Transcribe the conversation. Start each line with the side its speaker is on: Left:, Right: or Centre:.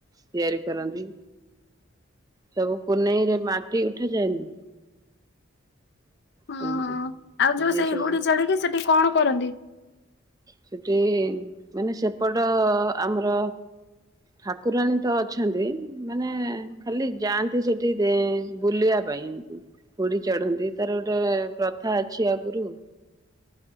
Right: ତିଆରି କରନ୍ତି। ସବୁ ପୂନେଇରେ ମାଟି ଉଠାଯାଏନି।
Left: ହଁ
Right: ସେମିତି
Left: ଆଉ ଯୋଉ
Right: ଯିଏ
Left: ସେଇ
Right: ସବୁ
Left: ହୁଡି ଚଳିକି ସେଠି କଣ କରନ୍ତି?
Right: ସେଠି ମାନେ ସେପଟ ଆମର ଠାକୁରାଣୀ ତ ଅଛନ୍ତି। ମାନେ ଖାଲି ଯାଆନ୍ତି ସେଠି ବୁଲିବା ପାଇଁ ଏମତି ହୁଡି ଚଢନ୍ତି ତାର ଗୋଟେ ପ୍ରଥା ଅଛି ଆଗରୁ।